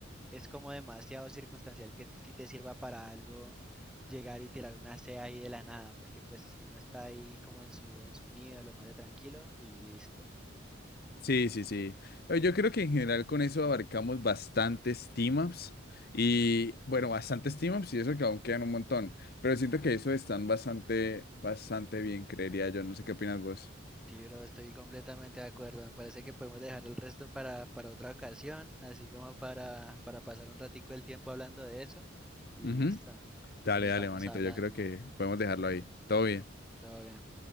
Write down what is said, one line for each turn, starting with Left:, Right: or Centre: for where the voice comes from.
Centre: es como demasiado circunstancial que si te sirva para algo llegar y tirar una C ahí de la nada, porque pues uno está ahí como en su, en su nido, lo más de tranquilo y listo.
Left: Sí, sí, sí. Eh, Yo creo que en general con eso abarcamos bastantes team-ups y bueno, bastantes team-ups y eso que aún quedan un montón, pero siento que eso están bastante, bastante bien, creería yo. No sé qué opinas vos.
Centre: Sí, bro, estoy completamente de acuerdo. Me parece que podemos dejar el resto para, para otra ocasión, así como para, para pasar un ratico el tiempo hablando de eso y
Left: Ujú.
Centre: listo.
Left: Dale,
Centre: Entonces
Left: dale,
Centre: estamos
Left: manito.
Centre: hablando.
Left: Yo creo que podemos dejarlo ahí. Todo bien.
Centre: Todo bien.